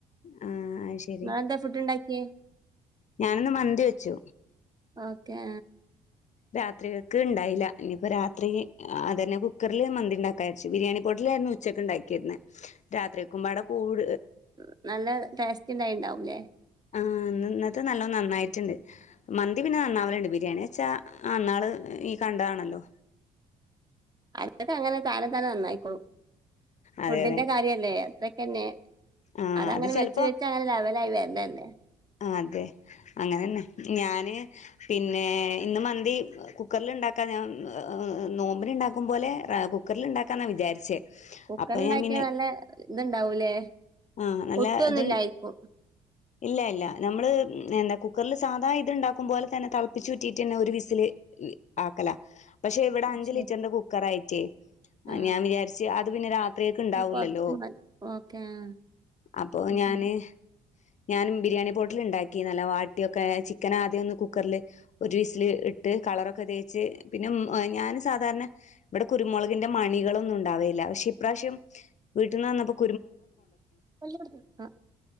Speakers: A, on the left; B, on the right.
A: ആഹ അയ്ശരി
B: നിങ്ങളെന്താ ഫുഡ് ഉണ്ടാക്കിയേ
A: ഞാനൊന്ന് മന്തി വെച്ചു
B: ഓക്കെ
A: രാത്രികൾക്ക് ഉണ്ടായില്ല ഇനിയിപ്പ രാത്രി അത് തന്നെ കുക്കറിില് മന്തി ഉണ്ടാക്കരിച്ചു ബിരിയാണി പോട്ടിലായിരുന്നു ഉച്ചക്കെ ഉണ്ടാക്കിരുന്ന രാത്രി ഒക്കുമ്പോടെ കൂട്
B: ഉ നല്ല ടേസ്റ്റ് ഉണ്ടായിട്ടുണ്ടാവുംല്ലേ
A: ആ് ഇന്നത്തെ നല്ല നന്നായിട്ടുണ്ട് മന്തി പിന്നെ നന്നാവലുണ്ട് ബിരിയാണി വച്ചാ അന്നാള് ഈ കണ്ടതാണല്ലോ
B: അതൊക്കെ അങ്ങനെ താനെ താനെ നന്നായിക്കോളും
A: അതെ
B: ഫുഡിന്റെ
A: അതെ
B: കാര്യല്ലേ അത്രൊക്കെ തന്നെ
A: ആഹ്
B: അതങ്ങനെ
A: അത് ചെലപ്പോ
B: വെച്ച് വെച്ച് അങ്ങനെ ലവലായി വരണ തല്ലെ
A: അതെ അങ്ങനെന്നെ ഞാന് പിന്നെ ഇന്ന മന്തി കുക്കറൽ ഉണ്ടാക്കാ ഞാൻ നോമ്പിന ഉണ്ടാക്കും പോോലെ കുക്കറിൽുണ്ടാക്കാ ന്നാ വിചാരിച്ചേ
B: കുക്കറിലുണ്ടാക്കിയ
A: അപ്പൊ ഞാൻ പിന്നെ
B: നല്ല ഇതുണ്ടാവൂലേ
A: ആഹ നല്ല
B: ഒട്ടുമൊന്നുമില്ലായിരിക്കും
A: ഇത് ഇല്ല ഇല്ല നമ്മള് എന്താ കുക്കറിൽ സാധാ ഇത്ണ്ടാക്കും പോോലെ തന്നെ ളപ്പിച്ചുുറ്റിട്ട് തന്നെ ഒരു വിസിില് ആക്കല പക്ഷെ ഇവിടെ
B: ആ
A: അഞ്ച്
B: ശരി
A: ലിറ്ററിന്റെ കുക്കറയിട്ടേ
B: ആ
A: ഞാൻ വിചാരിച്ചച്ച് അത് പിന്നെ രാത്രിയൊക്ക ഉണ്ടാവൂില്ലല്ലോ
B: കുറച്ച് മതി ഓക്കെ ആ
A: അപ്പൊ
B: അത്
A: ഞാന്
B: ശരി
A: ഞാനും ബിരിയാണി പോട്ടിൽ ഉണ്ടാക്കി നല്ല വാട്ടിയൊക്കെ ചിക്കന ആദ്യം ഒന്ന് കുക്കറില് ഒരു വിസില് ഇട്ട് കളറൊക്കെ തേച്ച് പിന്നെ ഞാാന് സാധാരണ ഇവിടെ കുരുമുളകിന്റെ മണികളൊന്നും ഉണ്ടാവയില്ല പക്ഷെ ഇപ്രാവശ്യം വീട്ടിൽ നിന്ന് വന്നപ്പം
B: ആഹ